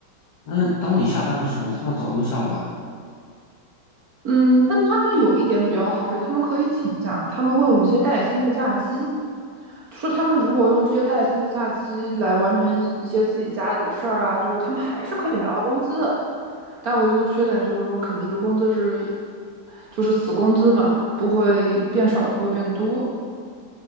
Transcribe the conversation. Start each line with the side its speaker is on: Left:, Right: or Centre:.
Left: 那当你下班的时候，他们早都下班了。
Right: 嗯，但他们有一点比较好是，他们可以请假，他们会有一些带薪的假期。就是他们如果用这些带薪的假期来完成一一些自己家里的事儿啊，就是他们还是可以拿到工资的。但唯独缺点就是说，肯定是工资是就是死工资嘛，不会变少，不会变多。